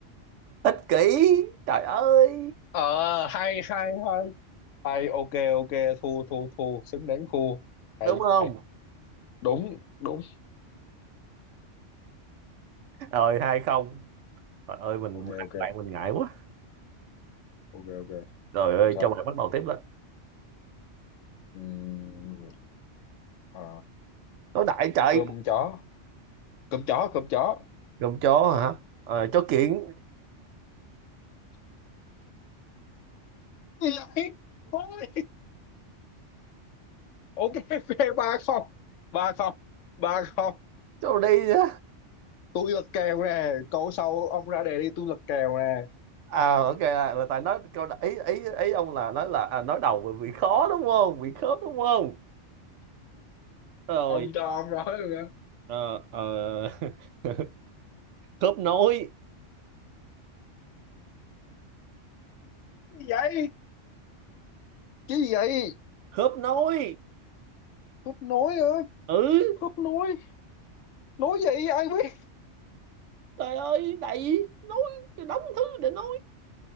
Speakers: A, on the right (about 80°); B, on the left (about 85°).
A: ích kỷ trời ơi
B: ờ hay hay hay hay ok ok thu thu thu xứng đáng thu hay
A: đúng không
B: hay đúng, đúng.
A: rồi hai không trời ơi mình
B: Ok,
A: ăn
B: ok,
A: bạn mình ngại quá
B: ok, ok.
A: rồi ơi
B: Làm sao?
A: cho bạn bắt đầu tiếp đó
B: Ừm, ờ,
A: nói đại trời
B: cơm chó. Cơm chó, cơm chó.
A: con chó hả Ờ, chó kiện
B: Thì lại thôi ok ok ba không ba không ba không
A: câu đi á
B: tôi lật kèo nè câu sau ông ra đề đi tôi lật kèo nè
A: à ok là, là tại nói câu đ- ý ý ý ông là nói là à, nói đầu bị, bị khó đúng không bị khớp đúng không rồi
B: ông cho ông nói luôn á
A: ờ, ờ, <laughs> khớp nối
B: cái gì vậy cái gì vậy
A: khớp nối
B: khớp nối hả
A: ừ
B: khớp nối nối gì ai biết
A: trời ơi đầy nói cái đống thứ để nói